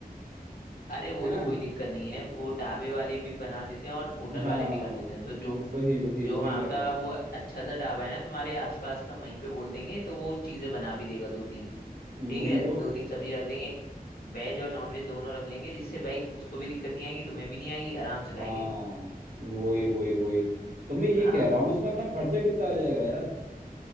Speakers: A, on the left; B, on the right.
A: अरे वो
B: है ना
A: तो कोई दिक्कत नहीं है वो ढाबे वाले भी बना देते हैं और होटल
B: हाँ
A: वाले भी कर लेते हैं तो जो
B: वही वही
A: जो
B: वही
A: वहाँ
B: कह रहा
A: का
B: हूँ
A: वो अच्छा सा ढाबा है ना तुम्हारे आसपास का वहीं पे बोल देंगे तो वो चीज़ें बना भी देगा दो तीन
B: वही
A: ठीक है
B: तो
A: दो तीन सब्जी रख देंगे वेज और नॉन वेज दोनों रख लेंगे जिससे भाई उसको भी दिक्कत नहीं आएगी तुम्हें भी नहीं आएगी आराम से खाएंगे
B: हाँ वही वही वही तो मैं ये
A: हाँ
B: कह रहा हूँ इसमें अपना खर्चा कितना आ जाएगा यार